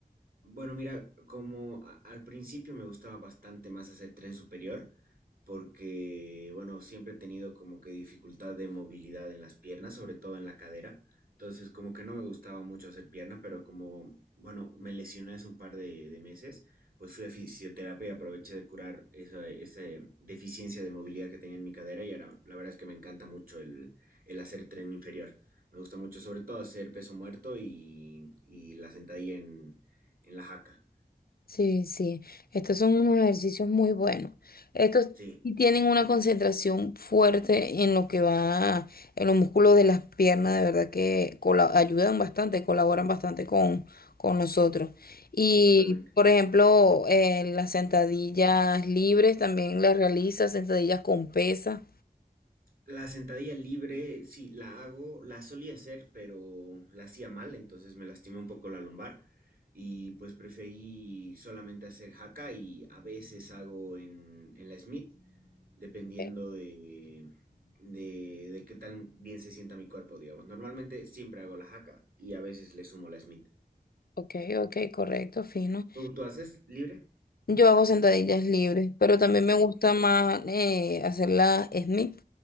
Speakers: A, on the right; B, on the left.
A: Bueno, mira, como a- al principio me gustaba bastante más hacer tren superior, porque, bueno, siempre he tenido como que dificultad de movilidad en las piernas, sobre todo en la cadera. Entonces, como que no me gustaba mucho hacer pierna, pero como, bueno, me lesioné hace un par de, de meses, pues fui a fisioterapia y aproveché de curar esa, esa deficiencia de movilidad que tenía en mi cadera y ahora la verdad es que me encanta mucho el, el hacer tren inferior. Me gusta mucho, sobre todo, hacer peso muerto y, y la sentadilla en en la jaca.
B: Sí, sí, estos son unos ejercicios muy buenos. Estos
A: Sí,
B: sí tienen una concentración fuerte en lo que va, en los músculos de las piernas, de verdad que cola- ayudan bastante, colaboran bastante con, con nosotros. Y,
A: totalmente.
B: por ejemplo, eh, las sentadillas libres también las realizas, sentadillas con pesas.
A: La sentadilla libre, sí, la hago, la solía hacer, pero la hacía mal, entonces me lastimé un poco la lumbar y pues preferí solamente hacer jaca y a veces hago en, en la Smith, dependiendo
B: Ok,
A: de, de, de qué tan bien se sienta mi cuerpo, digamos. Normalmente siempre hago la jaca y a veces le sumo la Smith.
B: ok, ok, correcto, fino.
A: ¿Tú, tú haces libre?
B: Yo hago sentadillas libres, pero también
A: No,
B: me gusta
A: ok,
B: más eh, hacer la Smith.